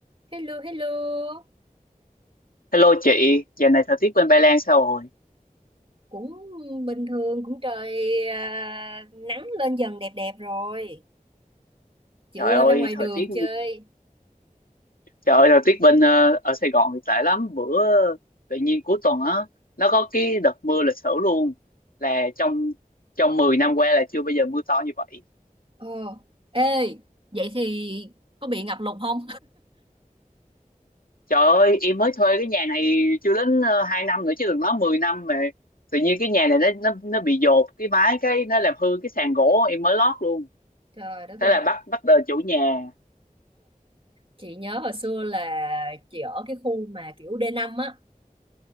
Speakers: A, on the right; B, on the left.
A: Hello, hello.
B: Hello chị, giờ này thời tiết bên Ba Lan sao rồi?
A: Cũng bình thường, cũng trời à, nắng lên dần đẹp đẹp rồi. Chưa
B: Trời ơi,
A: ra ngoài
B: thời
A: đường
B: tiết
A: chơi.
B: trời ơi thời tiết bên ờ, ở Sài Gòn thì tệ lắm. Bữa tự nhiên cuối tuần á nó có cái đợt mưa lịch sử luôn. Là trong trong 10 năm qua là chưa bao giờ mưa to như vậy.
A: Ồ, ê, vậy thì có bị ngập lụt không?
B: Trời ơi, em mới thuê cái nhà này chưa đến ờ, 2 năm nữa chứ đừng nói mười năm mà tự nhiên cái nhà này nó nó nó bị dột cái mái cái nó làm hư cái sàn gỗ em mới lót luôn.
A: <laughs> Trời đất
B: Thế
A: ơi,
B: là bắt bắt đời chủ nhà.
A: chị nhớ hồi xưa là chị ở cái khu mà kiểu D5 á,